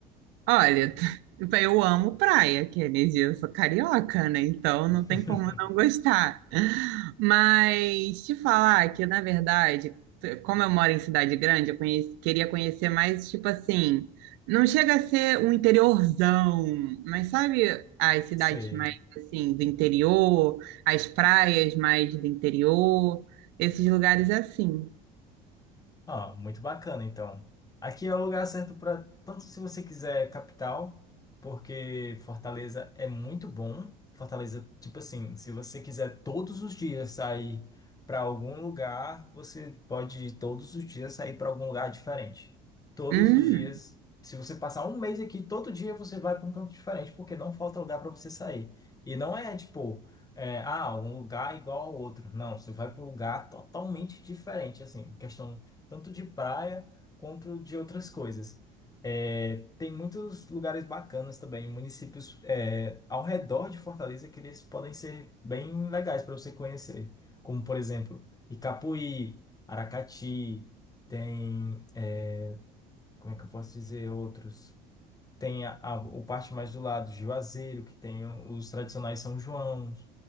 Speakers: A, on the right; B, on the left.
A: Olha, <laughs> eu amo praia, que é energia, eu sou carioca, né? Então
B: <laughs>
A: não tem como não gostar. Mas te falar que, na verdade, t- como eu moro em cidade grande, eu conheci- queria conhecer mais, tipo assim, não chega a ser um interiorzão, mas sabe as cidades
B: Sei.
A: mais, assim, do interior, as praias mais do interior, esses lugares assim.
B: Ah, muito bacana, então. Aqui é o lugar certo para tanto se você quiser capital, porque Fortaleza é muito bom. Fortaleza, tipo assim, se você quiser todos os dias sair para algum lugar, você pode todos os dias sair para algum lugar diferente. Todos
A: Hum.
B: os dias, se você passar um mês aqui, todo dia você vai para um canto diferente, porque não falta lugar para você sair. E não é tipo, é, ah, um lugar igual ao outro. Não, você vai para um lugar totalmente diferente, assim, questão tanto de praia quanto de outras coisas. É, tem muitos lugares bacanas também, municípios é, ao redor de Fortaleza que eles podem ser bem legais para você conhecer, como por exemplo Icapuí, Aracati, tem é, como é que eu posso dizer outros? Tem a, a- o parte mais do lado, Juazeiro, que tem os tradicionais São João,